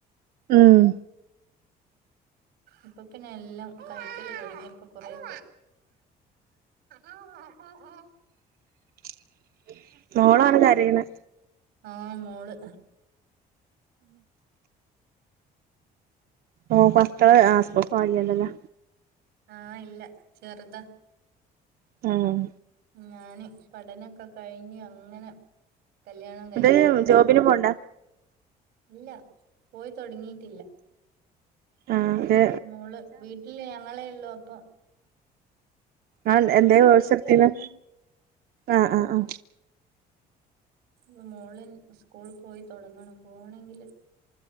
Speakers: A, on the right; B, on the right.
A: ഉം
B: ഇപ്പൊ പിന്നെ എല്ലാം കഴിക്കല് തുടങ്ങി ഇപ്പൊ കൊറരിയ ഓ ഓ ഓ
A: <inaudible> മോളാണ് കരയ്ണെ
B: ആഹ് മോള്
A: ഉ പസ് ആസ്പല്ലല്ലല്ലേ
B: ആഹ് ഇല്ല ചെറുതാ
A: ഉം
B: ഞാന് പഠനൊക്കെ കഴിഞ്ഞ് അങ്ങനെ കല്യാണം കഴിഞ്ഞതാ
A: ഇത് ജോബിന് പോണ്ട
B: ഇല്ല പോയി തൊടങ്ങിട്ടില്ല
A: ആ അതെ
B: മോള് വീട്ടില് ഞങ്ങളേ ഉള്ളൂ അപ്പൊ
A: ൻ
B: ഓ
A: എന്താ
B: ടി
A: കോയ്സെടുത്തിന്ന്
B: ടി സി കഴിഞ്ഞ്
A: ആഹ ആഹ് ആഹ്
B: ഇ മോളിൽ സ്കൂൾ പോയി തുൊടങ്ങണം പോണങ്കില്